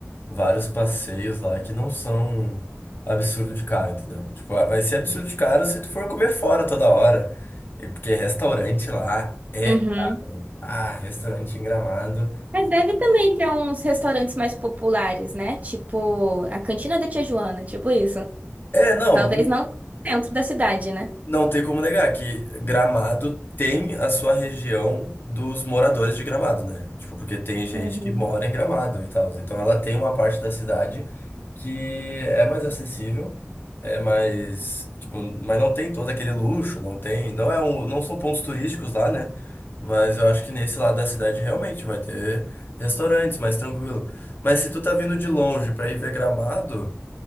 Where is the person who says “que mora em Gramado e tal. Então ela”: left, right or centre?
Left